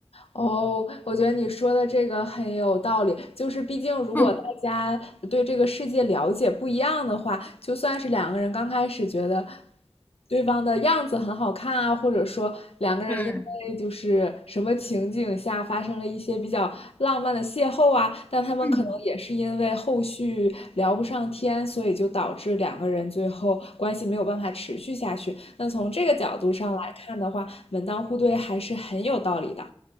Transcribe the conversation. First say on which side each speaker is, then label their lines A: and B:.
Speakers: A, on the left; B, on the left.
A: 哦，我觉得你说的这个很有道理。就是毕竟，如果大家对这个世界了解不一样的话，
B: 嗯，
A: 就算是两个人刚开始觉得对方的样子很好看啊，或者说两个人因为就是什么情景下发生了一些比较浪漫的邂逅啊，
B: 对，
A: 但他们可能也是因为后续聊不上天，
B: 嗯。
A: 所以就导致两个人最后关系没有办法持续下去。那从这个角度上来看的话，门当户对还是很有道理的。